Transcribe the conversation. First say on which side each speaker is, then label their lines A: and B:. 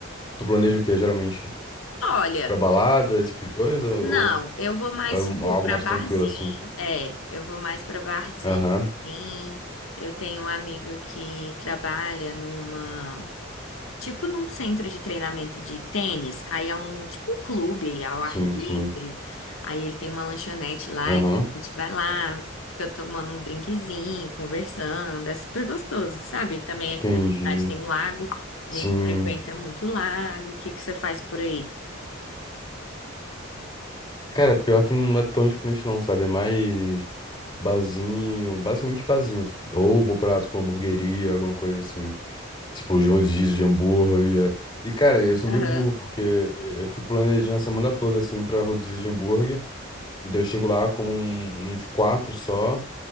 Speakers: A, on the left; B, on the left.
A: Tu planeja o quê, geralmente?
B: Olha,
A: Pra balada, esse tipo de coisa? Ou,
B: não, eu vou mais,
A: ou é um-
B: tipo,
A: algo
B: pra
A: mais
B: barzinho.
A: tranquilo, assim?
B: É, eu vou mais pra barzinho.
A: Aham,
B: Sim. Eu tenho um amigo que trabalha numa. Tipo num centro de treinamento de tênis, aí é um tipo um clube ao ar
A: sim,
B: livre,
A: sim.
B: aí ele tem uma lanchonete lá,
A: Aham,
B: então a gente vai lá, fica tomando um drinkzinho, conversando, é super gostoso, sabe? Também aqui
A: entendi.
B: na minha cidade tem um lago, a
A: Sim.
B: gente frequenta muito lago. O que que você faz por aí?
A: Cara, pior que não é tão diferente não, sabe? É mais barzinho, basicamente barzinho. Ou vou pra, tipo, hamburgueria, alguma coisa assim. Tipo, de rodízio de hambúrguer. E, cara, eu sou
B: Aham.
A: meio burro, porque eu fico planejando a semana toda, assim, pra rodízio de hambúrguer. Daí eu chego lá como um- uns quatro só